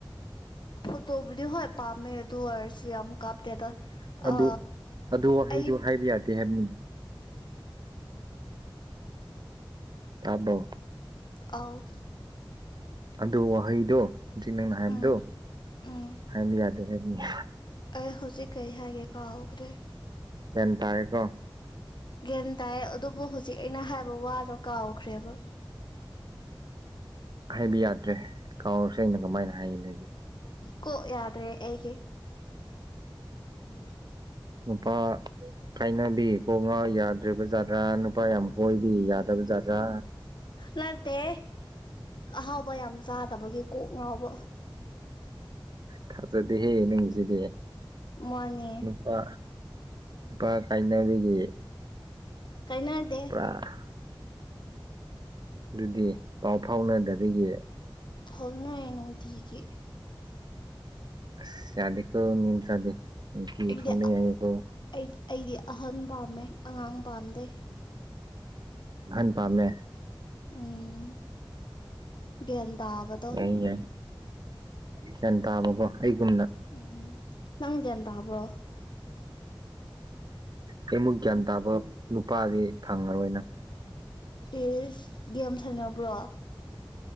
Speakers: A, on the left; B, on the right.
A: ꯐꯣꯠꯇꯣꯕꯨꯗꯤ ꯍꯣꯏ ꯄꯥꯝꯃꯦ ꯑꯗꯨ ꯑꯣꯢꯔꯁꯨ ꯌꯥꯝ ꯀꯥꯞꯇꯦꯗ꯫
B: ꯑꯗꯨ
A: ꯑ
B: ꯑꯗꯨ ꯋꯥꯍꯩꯗꯨ
A: ꯑꯩ
B: ꯍꯥꯏꯕ ꯌꯥꯗꯦ ꯍꯥꯏꯕꯅꯤ꯫ ꯇꯥꯕꯔꯣ
A: ꯑꯧ
B: ꯑꯗꯨ ꯋꯥꯍꯩꯗꯣ ꯖꯤꯛ ꯅꯪꯅ ꯍꯥꯏꯕꯗꯣ
A: ꯎꯝ ꯎꯝ
B: ꯍꯥꯏꯕ ꯌꯥꯗꯦ ꯍꯥꯏꯕꯅꯦ
A: ꯑꯩ ꯍꯧꯖꯤꯛ ꯀꯩ ꯍꯥꯏꯒꯦ ꯀꯥꯎꯒꯈ꯭ꯔꯦ
B: ꯒ꯭ꯌꯥꯟ ꯇꯥꯔꯦꯀꯣ
A: ꯒ꯭ꯌꯥꯟ ꯇꯥꯏꯌꯦ ꯑꯗꯨꯕꯨ ꯍꯧꯖꯤꯛ ꯑꯩꯅ ꯍꯥꯏꯕ ꯋꯥꯗꯣ ꯀꯥꯎꯈ꯭ꯔꯦꯕ
B: ꯍꯥꯏꯕ ꯌꯥꯗ꯭ꯔꯦ ꯀꯥꯎꯔꯁꯨ ꯑꯩꯅ ꯀꯃꯥꯏꯅ ꯍꯥꯏꯒꯅꯤ ꯍꯖꯤꯛ
A: ꯀꯣꯛ ꯌꯥꯗ꯭ꯔꯦ ꯑꯩꯒꯤ <inaudible>
B: ꯅꯨꯄꯥ ꯀꯥꯏꯅꯕꯤ ꯀꯣꯛ ꯉꯥꯎ ꯌꯥꯗ꯭ꯔꯕꯥ ꯖꯥꯠꯔꯥ ꯅꯨꯄꯥ ꯌꯥꯝ ꯀꯣꯏꯕꯒꯤ ꯌꯥꯗꯕ ꯖꯥꯠꯂ
A: ꯅꯠꯇꯦ ꯑꯍꯥꯎꯕ ꯌꯥꯝ ꯆꯥꯗꯕꯒꯤ ꯀꯣꯛ ꯉꯥꯎꯕ
B: ꯊꯥꯖꯗꯦꯍꯦ ꯅꯪꯖꯤꯗꯤ
A: ꯃꯟꯅꯦ
B: ꯄꯥ ꯅꯨꯄꯥ ꯀꯥꯏꯅꯕꯒꯤ
A: ꯀꯥꯢꯅꯗꯦ
B: ꯑꯥ ꯑꯗꯨꯗꯤ ꯄꯥꯎ ꯐꯥꯎꯅꯗꯕꯒꯤ
A: ꯐꯥꯎꯅꯩ ꯅꯨꯡꯇꯤꯒꯤ
B: ꯑꯁ ꯌꯥꯗꯦꯀꯣ ꯃꯤꯝ ꯃꯆꯥꯗꯤ ꯅꯨꯡꯇꯤꯒꯤ
A: ꯑꯩꯗꯤ
B: ꯐꯥꯎꯅꯩ ꯍꯥꯏꯌꯦꯕꯣ
A: ꯑꯩ ꯑꯩꯗꯤ ꯑꯍꯟ ꯄꯥꯝꯃꯦ ꯑꯉꯥꯡ ꯄꯥꯝꯗꯦ
B: ꯑꯍꯟ ꯄꯥꯝꯃꯦ
A: ꯎꯝ ꯒ꯭ꯌꯥꯟ ꯇꯥꯕꯗꯣ
B: ꯌꯥꯏ ꯌꯥꯏ ꯒ꯭ꯌꯥꯟ ꯇꯥꯕꯀꯣ ꯑꯩꯒꯨꯝꯅ
A: ꯎꯝ ꯅꯪ ꯒ꯭ꯌꯥꯟ ꯇꯥꯕ꯭ꯔꯣ
B: ꯑꯩꯃꯨꯛ ꯒ꯭ꯌꯥꯟ ꯇꯥꯕ ꯅꯨꯄꯥꯗꯤ ꯐꯪꯉꯔꯣꯏꯅ
A: ꯏꯁ ꯒꯦꯝ ꯁꯥꯟꯅꯕ꯭ꯔꯣ